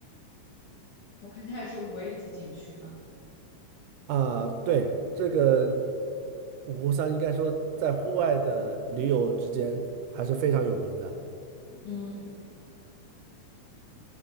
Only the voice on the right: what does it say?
啊，对，这个五湖山应该说在户外的驴友之间还是非常有名的。